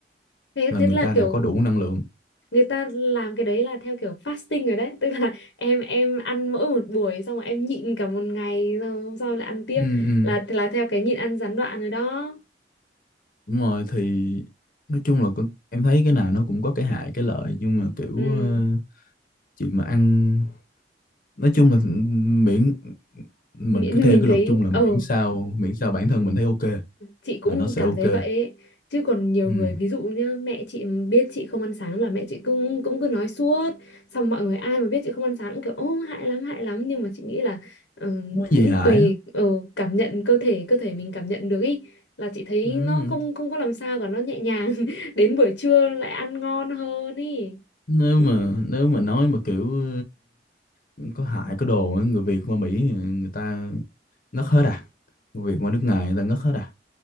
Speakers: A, on the left; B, on the left.
A: thế
B: là
A: thế
B: người
A: là
B: ta
A: kiểu
B: đã có đủ năng lượng
A: người ta làm cái đấy là theo kiểu fasting rồi đấy <laughs> tức là em em ăn mỗi một buổi xong rồi em nhịn cả một ngày rồi hôm sau là ăn tiếp
B: ừ, ừ.
A: là là theo cái nhịn ăn gián đoạn rồi đó
B: Đúng rồi thì nói chung là con- em thấy cái nào nó cũng có cái hại cái lợi nhưng mà kiểu
A: ừ
B: ờ, chuyện mà ăn nói chung là miễn
A: <laughs>
B: mình
A: mình,
B: cứ theo
A: mình
B: cái
A: thấy
B: luật chung là
A: ờ
B: miễn sao miễn sao bản thân mình thấy ok
A: chị cũng
B: là nó sẽ
A: cảm
B: ok
A: thấy vậy ấy. chứ còn nhiều
B: ừ.
A: người ví dụ như mẹ chị mà biết chị không ăn sáng là mẹ chị cũng cũng cứ nói suốt xong mọi người ai mà biết chị không ăn sáng cũng kiểu ô hại lắm hại lắm nhưng mà chị nghĩ là ờ,
B: không có gì
A: cũng
B: hại
A: tùy
B: á
A: ờ, cảm nhận cơ thể cơ thể mình cảm nhận được ý là chị thấy
B: ừ.
A: nó không không có làm sao cả nó nhẹ nhàng <laughs> đến buổi trưa lại ăn ngon hơn ý
B: nếu mà nếu mà nói mà kiểu ờ, có hại có đồ á, người Việt qua Mỹ người ta ngất hết à người Việt qua nước ngoài người ta ngất hết à